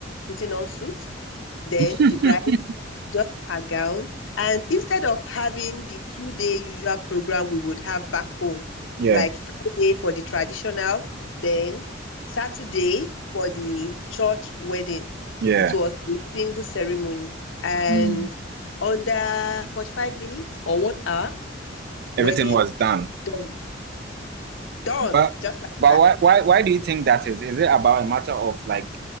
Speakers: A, on the left; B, on the right.
A: putting on suits, then
B: <laughs>
A: the bride just a gown. And instead of having the two day usual program we would have back home,
B: Yeah.
A: like Friday for the traditional, then Saturday for the church wedding,
B: Yeah.
A: it was a single ceremony. And
B: Mm.
A: under 45 minutes or one hour, wedding
B: Everything was done.
A: done. Done,
B: But
A: just like
B: but
A: that.
B: why why why do you think that is? Is it about a matter of like